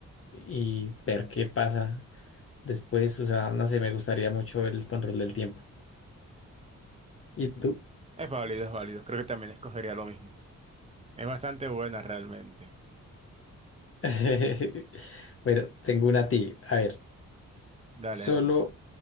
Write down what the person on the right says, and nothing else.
Es válido, es válido. Creo que también escogería lo mismo. Es bastante buena realmente.
Dale,
dale.